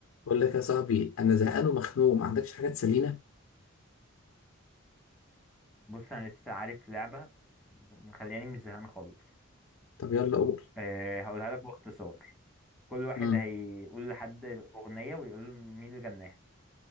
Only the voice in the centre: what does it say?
بص انا لسه عارف لعبه مخلياني مش زهقان خالص
أه هقولها لك باختصار كل واحد
هيقول لحد اغنيه ويقول له مين اللي غناها